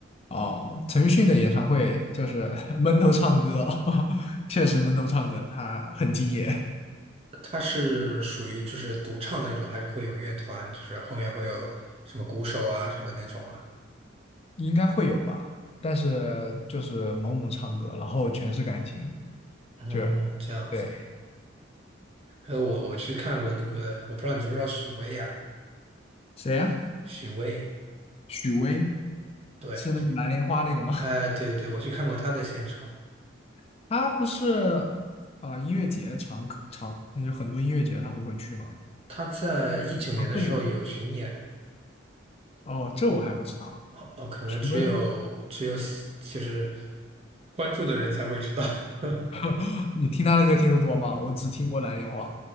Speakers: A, on the left; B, on the right.
A: 哦，陈奕迅的演唱会就是 <laughs> 闷头唱歌，<laughs> 确实闷头唱歌，他很敬业，
B: 他是属于就是独唱那种，还是会有乐团，就是后面会有什么鼓手啊什么那种啊？
A: 应该会有吧，但是就是猛猛唱歌，然后全是感情，
B: 哦，
A: 就是
B: 这样子。
A: 对
B: 还有我我去看过那个，我不知道你知不知道许巍呀、
A: 谁呀、
B: 许巍，
A: 许巍
B: 对，
A: 是那个蓝莲花那个吗？
B: 哎，对对，我去看过他的现场，
A: <laughs> 他不是啊、音乐节常常，那就很多音乐节他都会去吗？
B: 他在一九年的时候有巡演，
A: 演唱会吗？哦，这我还不知道。
B: 哦哦，可能只有只有喜就是
A: 许巍，
B: 关注的人才会知道。<laughs>
A: <laughs> 你听他的歌听得多吗？我只听过《蓝莲花》。